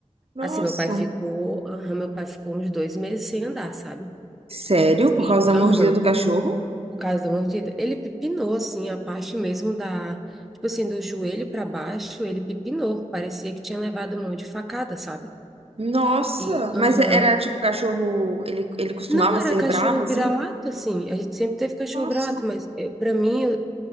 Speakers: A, on the right; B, in the centre.
A: Nossa.
B: Assim, meu pai ficou, aham, meu pai ficou uns dois meses sem andar, sabe?
A: Sério? Por
B: E,
A: causa da mordida
B: aham,
A: do cachorro?
B: por causa da mordida. Ele pipinou, assim, a parte mesmo da, tipo assim, do joelho para baixo, ele pipinou, parecia que tinha levado um monte de facada, sabe?
A: Nossa,
B: E, aham.
A: mas é, era tipo cachorro, ele, ele costumava
B: Não, era
A: ser
B: cachorro
A: bravo assim?
B: vira-lata, assim. A gente sempre teve cachorro
A: Nossa.
B: vira-lata, mas para mim, eu,